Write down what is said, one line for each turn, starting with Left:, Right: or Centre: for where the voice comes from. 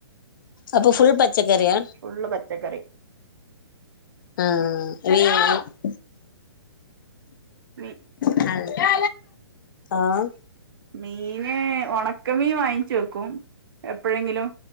Left: അപ്പൊ ഫുൾ പച്ചക്കറിയാ
Right: ള്ള പച്ചക്കറി
Left: ആഹ് <unintelligible>
Right: മി
Left: <inaudible> ആഹ്
Right: മീന് ഒണക്കമീൻ വാങ്ങിച്ച വെക്കും എപ്പോഴെങ്കിലും